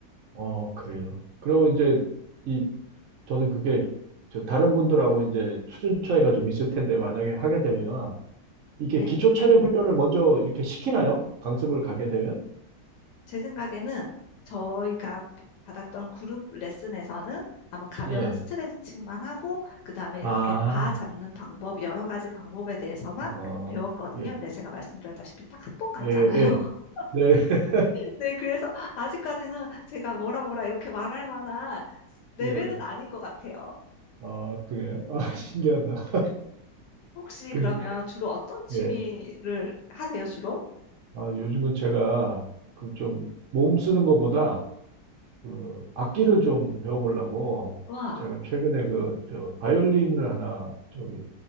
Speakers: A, on the right; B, on the left.
A: 어, 그래요. 그리고 이제 이 저는 그게 저 다른 분들하고 이제 수준 차이가 좀 있을 텐데 만약에 하게 되면 이게
B: 네.
A: 기초 체력 훈련을 먼저 이렇게 시키나요? 강습을 가게 되면?
B: 제 생각에는 저희가 바- 받았던 그룹 레슨에서는 아마 가벼운
A: 예.
B: 스트레칭만 하고, 그 다음에
A: 아,
B: 이렇게 바 잡는 방법, 여러 가지 방법에 대해서만
A: 어,
B: 배웠거든요.
A: 예,
B: 근데 제가 말씀드렸다시피 딱 한 번 갔잖아요.
A: 예, 예.
B: <laughs>
A: 네, <laughs>
B: 네, 그래서 아직까지는 제가 뭐라 뭐라 이렇게 말할 만한 레벨은
A: 예.
B: 아닌 것 같아요.
A: 아, 그래요? 아, <laughs> 신기하다.
B: 혹시
A: 근데,
B: 그러면 주로 어떤 취미를
A: 예.
B: 하세요, 주로?
A: 아, 요즘은 제가 그 좀 몸 쓰는 것보다 그 악기를 좀 배워보려고
B: 와,
A: 제가 최근에 그 저 바이올린을 하나 저기